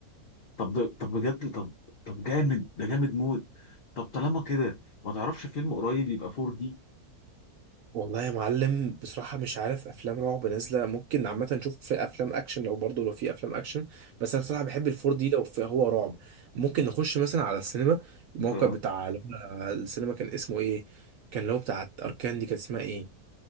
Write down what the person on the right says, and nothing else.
والله يا معلم بصراحة مش عارف أفلام رعب نازلة ممكن عامة نشوف في أفلام أكشن لو برضه لو في أفلام أكشن بس أنا بصراحة بحب الفور دي لو في هو رعب ممكن نخش مثلا على السينما الموقع
بتاع اللي هو السينما كان اسمه إيه كان اللي هو بتاعت أركان دي كانت اسمها إيه